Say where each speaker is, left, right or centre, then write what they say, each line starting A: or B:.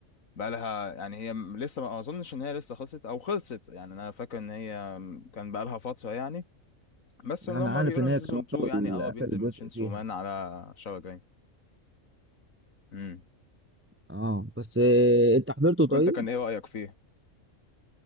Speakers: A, on the left; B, on the right.
A: بقى لها يعني هي م- لسه ما اظنش ان هي لسه خلصت او خلصت يعني انا فاكر ان هي م- كان بقى لها فتره يعني بس اللي
B: انا
A: هم
B: عارف
A: بيقولوا
B: ان هي
A: ان سيزون
B: كان هو
A: 2 يعني اه
B: اخر
A: بينزل
B: جزء
A: من شينسو
B: فيها
A: مان على شهر جاي امم
B: اه بس إيه انت حضرته طيب
A: وانت كان ايه رايك فيه